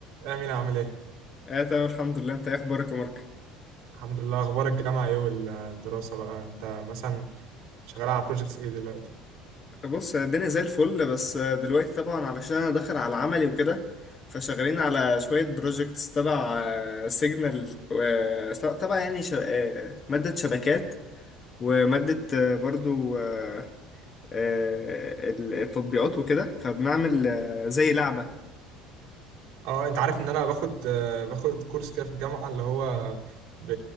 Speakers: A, on the right; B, on the left.
A: يا أمين عامل إيه؟
B: اه تمام الحمد لله انت ايه اخبارك يا مارك
A: الحمد لله أخبار الجامعة إيه والدراسة بقى أنت مثلا شغال على بروجيكتس إيه دلوقتي؟
B: بص الدنيا زي الفل بس دلوقتي طبعا علشان انا داخل على عملي وكده فشغالين على شوية بروجكتس تبع سيجنال تبع يعني ش... آه، مادة شبكات ومادة آه، برضو آه، آه، ال- التطبيقات وكده فبنعمل آه، زي لعبة
A: أه أنت عارف إن أنا باخد آه، باخد كورس كده في الجامعة اللي هو ب...